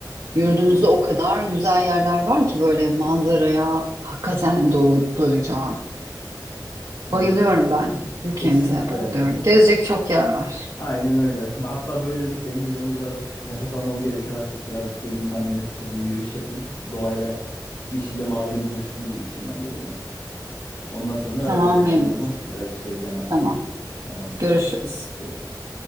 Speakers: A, on the right; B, on the left.
A: Yurdumuzda o kadar güzel yerler var ki böyle manzaraya hakikaten doy doyacağın.
B: Kesinlikle.
A: Bayılıyorum ben ülkemize
B: Kesinlikle
A: bayılıyorum.
B: ya.
A: Gezecek çok yer var.
B: Aynen öyle. Hatta böyle dedik benim de canım birazcık <laughs> nefes almam gerekiyor artık. Birazcık göreyim ben de nefes alayım, yürüyüş yapayım. Doğayla yeşille mavinin buluşunu birleşeyim ben de o zaman. Ondan sonra
A: Tamam
B: ararım seni
A: Mevlüt.
B: evde tamam. Birazcık gezeceğim ben.
A: Tamam.
B: Tamamdır.
A: Görüşürüz.
B: Görüşürüz. Görüşürüz.